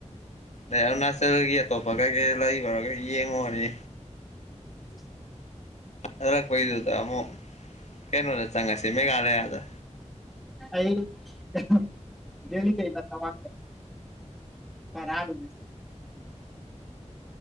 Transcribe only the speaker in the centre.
ꯎ
ꯑꯩ ꯗꯦ ꯇ ꯐꯔꯔ